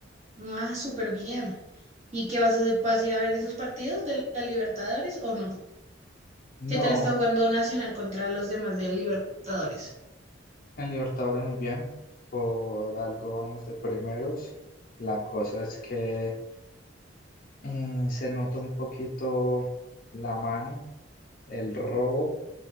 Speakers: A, on the right; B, on the left.
A: Ah, súper bien. ¿Y qué vas a hacer? ¿Vas a ir a ver esos partidos de la Libertadores o no?
B: No,
A: ¿Qué tal está jugando Nacional contra los demás de la Libertadores?
B: en Libertadores muy bien. Por algo vamos de primeros. La cosa es que mm, se nota un poquito la mano, el robo